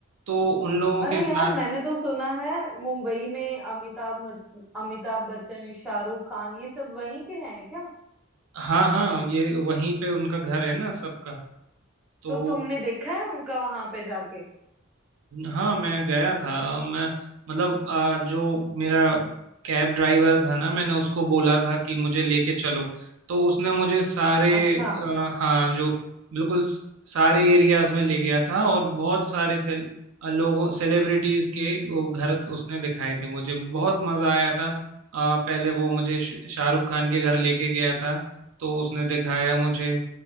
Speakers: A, on the right; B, in the centre.
A: तो उन लोगों
B: अरे
A: के साथ
B: यार मैंने तो सुना है मुंबई में अमिताभ मच- अमिताभ बच्चन शाहरुख खान ये सब वहीं के हैं क्या
A: हाँ हाँ ये वहीं पे उनका घर है ना सबका तो
B: तो तुमने देखा है उनका वहां पे जाके
A: हाँ मैं गया था मैं मतलब आ, जो मेरा कैब ड्राइवर था ना मैंने उसको बोला था कि मुझे लेके चलो तो उसने मुझे सारे
B: अच्छा
A: आ, हाँ जो बिल्कुल स- सारे एरियाज में ले गया था और बहुत सारे सेल आ, लोगों सेलिब्रिटीज के वो घर उसने दिखाए थे मुझे बहुत मजा आया था आ, पहले वो मुझे श- शाहरुख खान के घर लेके गया था तो उसने दिखाया मुझे